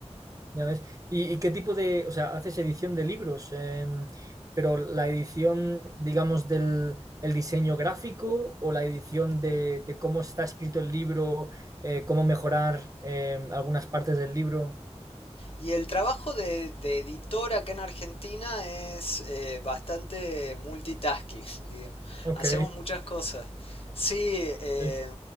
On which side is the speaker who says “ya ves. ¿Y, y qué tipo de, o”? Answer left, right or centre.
Right